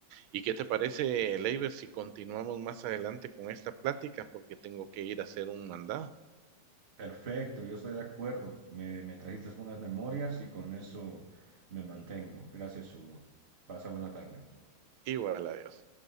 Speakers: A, on the right; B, on the right.
A: ¿Y qué te parece, Leiber, si continuamos más adelante con esta plática? Porque tengo que ir a hacer un mandado.
B: Perfecto, yo estoy de acuerdo. Me, me trajiste buenas memorias y con eso me mantengo. Gracias, Hugo. Pasa buena tarde.
A: Igual, adiós.